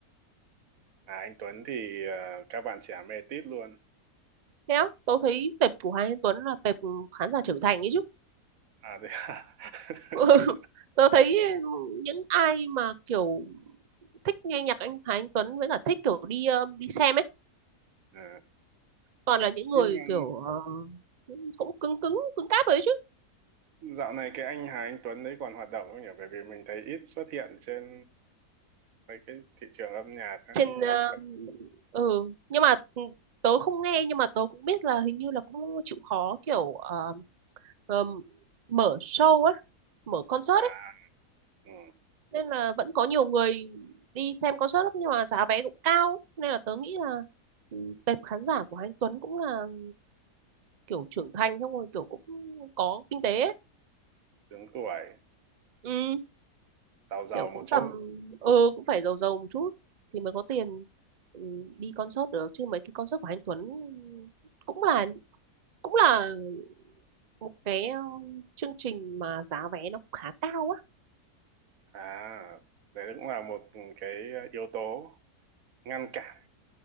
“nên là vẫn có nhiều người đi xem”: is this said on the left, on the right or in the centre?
Right